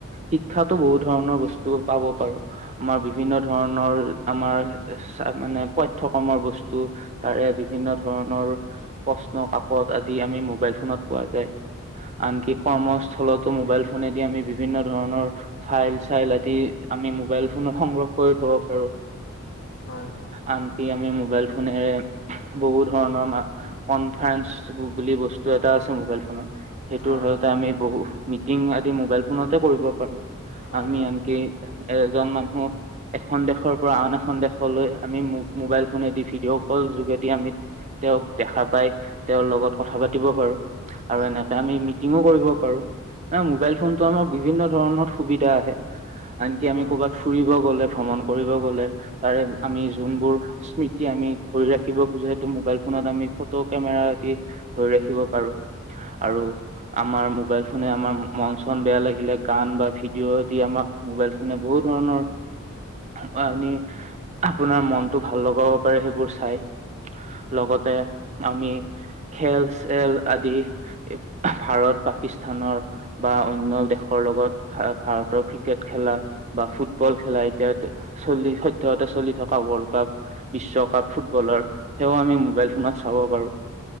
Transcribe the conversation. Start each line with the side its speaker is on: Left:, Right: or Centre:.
Right: শিক্ষাতো বহুত ধৰণৰ বস্তু পাব পাৰো। আমাৰ বিভিন্ন ধৰণৰ আমাৰ চা মানে পাঠ্যক্ৰমৰ বস্তু তাৰে বিভিন্ন ধৰণৰ প্ৰশ্ন কাকত আদি আমি মোবাইল ফোনত পোৱা যায়। আনকি কৰ্মস্থলতো মোবাইল ফোনেদি আমি বিভিন্ন ধৰণৰ ফাইল-চাইল আদি আমি মোবাইল ফোনত সংগ্ৰহ কৰি থব পাৰো।
Left: হয়।
Right: আনকি আমি মোবাইল ফোনেৰে বহু ধৰণৰ কনফাৰেঞ্চ বুলি বস্তু এটা আছে মোবাইল ফোনত। সেইটোৰ
Left: হয়
Right: জৰিয়তে আমি বহু মিটিং আদি মোবাইল ফোনতে কৰিব পাৰো।
Left: হয় হয়
Right: আমি
Left: হয় হয়
Right: আনকি এজন মানুহ এখন দেশৰ পৰা আন এখন দেশলৈ আমি মোবাইল ফোনে দি ভিডিঅ' কল যোগেদি আমি তেওঁক দেখা পাই, তেওঁৰ লগত কথা
Left: হয়
Right: পাতিব পাৰো। আৰু এনেকে আমি মিটিঙো কৰিব পাৰো। মোবাইল ফোনতটো আমাৰ বিভিন্ন ধৰণৰ সুবিধা আহে। আনকি আমি
Left: হয়
Right: কৰ'বাত
Left: হয় হয় হয় হয় হয় হয়
Right: ফুৰিব গলে ভ্ৰমণ কৰিব গ'লে তাৰে আমি যোনবোৰ স্মৃতি আমি ধৰি ৰাখিব খোজো, সেইটো মোবাইল ফোনত আমি ফটো কেমেৰা এদি ধৰি ৰাখিব পাৰো। আৰু আমাৰ মোবাইল ফোনে আমাৰ মন-চন বেয়া লাগিলে গান বা ভিডিঅ' দি আমাক মোবাইল ফোনে বহুত ধৰণৰ আপোনাৰ মনতটো ভাল লগাব। সেইবোৰ চাই, লগতে আমি খেল-চেল আদি ভাৰত, পাকিস্তানৰ বা অন্য দেশৰ লগত ভাৰতৰ ক্ৰিকেট খেলা। বা ফুটবল খেলা এতিয়া চলি শৈদহতে চলি থকা ৱৰ্ল্ড কাপ বিশ্বকাপ ফুটবলৰ সেয়াও আমি মোবাইল ফোনত চাব পাৰো।